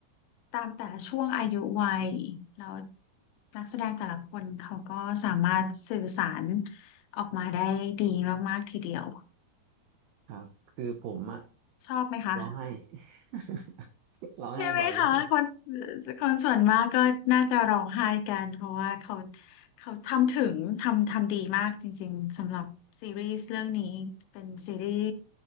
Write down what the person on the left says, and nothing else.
ตามแต่ละช่วงอายุวัยแล้วนักแสดงแต่ละคนเขาก็สามารถสื่อสารออกมาได้ดีมากๆ ทีเดียว
ชอบไหมคะ
ใช่ไหมคะคนคนส่วนมากก็น่าจะร้องไห้กันเพราะว่าเขาเขาทำถึงทำทำดีมากจริงๆสำหรับซีรีส์เรื่องนี้เป็นซีรีส์